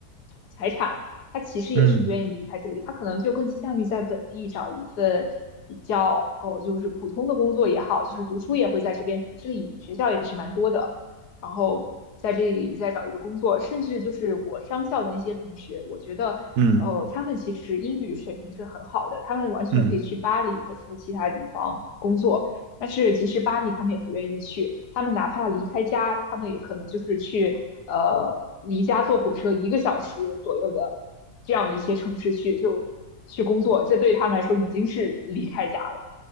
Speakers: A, on the left; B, on the right.
A: 财产，他其实也是不愿意离开这里，
B: 嗯
A: 他可能就更倾向于在本地找一份比较哦，就是普通的工作也好，就是读书也会在这边读，这里学校也是蛮多的，然后在这里再找一个工作，甚至就是我商校的那些同学，我觉得。
B: 嗯
A: 呃，他们其实英语水平是很好的，他们完全可以去巴黎或者说其他地方工作。
B: 嗯，
A: 但是即使巴黎，他们也不愿意去。他们哪怕离开家，他们也可能就是去呃离家坐火车一个小时左右的这样的一些城市去就去工作，这对他们来说已经是离开家了。